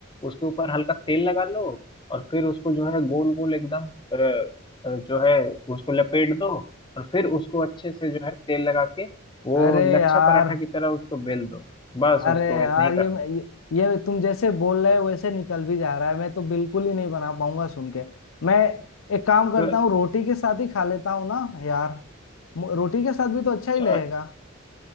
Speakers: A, on the left; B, on the left.
A: उसके ऊपर हल्का तेल लगा लो और फिर उसको जो है गोल गोल एकदम अ, अ, जो है उसको लपेट दो और फिर उसको अच्छे से जो है तेल लगा के वो
B: अरे
A: लच्छा
B: यार
A: पराठा की तरह उसको बेल दो बस
B: अरे
A: उसको
B: यार
A: इतना ही
B: ये
A: करना
B: ये, ये तुम जैसे बोल रहे हो वैसे निकल भी जा रहा है मैं तो बिल्कुल ही नहीं बना पाऊंगा सुन के मैं एक काम करता
A: च-
B: हूँ रोटी के साथ ही खा लेता हूँ ना यार मु- रोटी के साथ भी तो अच्छा ही
A: च-
B: लगेगा